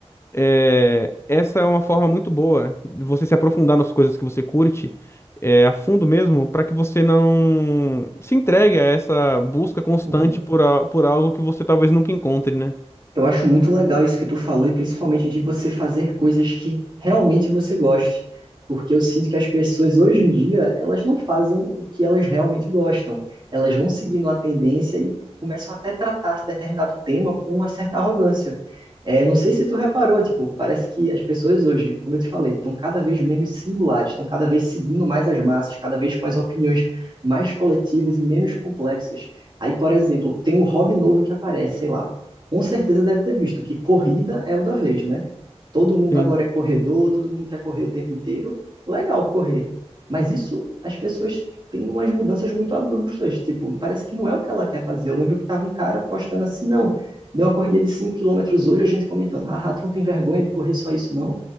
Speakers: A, on the left; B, on the right.
A: é, essa é uma forma muito boa de você se aprofundar nas coisas que você curte, é, a fundo mesmo, para que você não se entregue a essa busca constante
B: entendo.
A: por, a- por algo que você talvez nunca encontre, né?
B: Eu acho muito legal isso que tu falou, e principalmente de você fazer coisas que realmente você goste. Porque eu sinto que as pessoas hoje em dia, elas não fazem o que elas realmente gostam. Elas vão seguindo a tendência e começam até a tratar determinado tema com uma certa arrogância. É, eu não sei se tu reparou, tipo, parece que as pessoas hoje, como eu te falei, estão cada vez menos singulares, estão cada vez seguindo mais as massas, cada vez com as opiniões mais coletivas e menos complexas. Aí, por exemplo, tem um hobby novo que aparece, sei lá, com certeza deve ter visto que corrida é o da vez, né? Todo mundo
A: Sim,
B: agora é corredor, todo mundo quer correr o tempo inteiro. Legal correr. Mas isso, as pessoas têm umas mudanças muito abruptas. Tipo, parece que não é o que ela quer fazer. Eu lembro que tava um cara postando assim, não. Deu uma corrida de 5 quilômetros hoje, a gente comentando, haha, tu não tem vergonha de correr só isso, não?